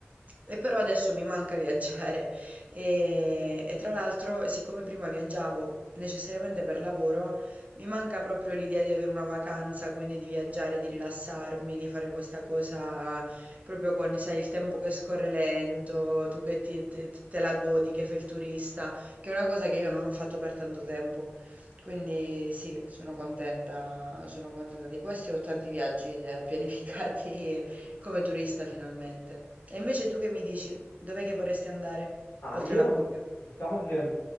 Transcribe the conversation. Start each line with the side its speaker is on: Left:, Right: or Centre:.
Right: e però adesso mi manca viaggiare e, e tra l'altro, siccome prima viaggiavo necessariamente per lavoro, mi manca proprio l'idea di avere una vacanza, quindi di viaggiare, di rilassarmi, di fare questa cosa proprio con, sai, il tempo che scorre lento, tu che ti- te, te la godi, che fai il turista, che è una cosa che io non ho fatto per tanto tempo. Quindi sì, sono contenta, sono contenta di questo e ho tanti viaggi eh, pianificati come turista finalmente. E invece tu che mi dici? Dov'è che vorresti andare?
Left: Ah,
Right: Oltre
Left: io
Right: la Puglia?
Left: diciamo che